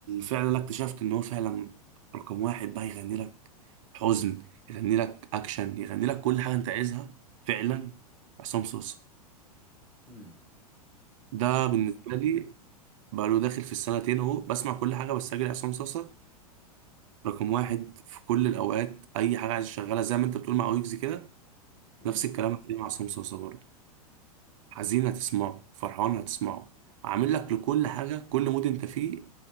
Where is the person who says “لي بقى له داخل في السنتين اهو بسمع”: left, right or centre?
Right